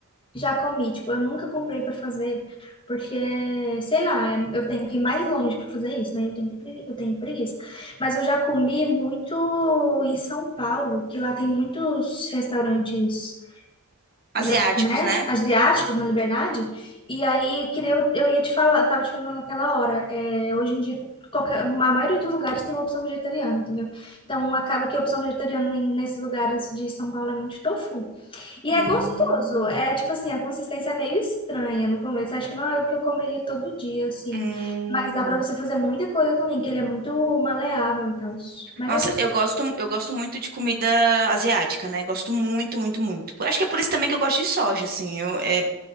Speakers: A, on the left (about 25°); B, on the right (about 45°).
A: Já comi, tipo, eu nunca comprei pra fazer, porque, sei lá, é- eu tenho que ir mais longe pra fazer isso, né? Eu tenho, pregui- eu tenho preguiça. Mas eu já comi muito em São Paulo, que lá tem muitos restaurantes,
B: Asiáticos,
A: já, né,
B: né?
A: asiáticos na Liberdade. E aí, que nem eu, eu ia te falar, tava te falando naquela hora, é, hoje em dia, qualquer, a maioria dos lugares tem uma opção vegetariana, entendeu? Então, acaba que a opção vegetariana em- nesses lugares de São Paulo é muito tofu. E
B: Hum,
A: é gostoso. É tipo assim, a consistência é meio estranha no começo. Acho que não é o que eu comeria todo dia, assim.
B: hum.
A: Mas dá pra você fazer muita coisa também, que ele é muito maleável e tal. Mas
B: Nossa,
A: é gostoso.
B: eu gosto, eu gosto muito de comida asiática, né? Gosto muito, muito, muito. Eu Acho que é por isso também que eu gosto de soja, assim. Eu, é,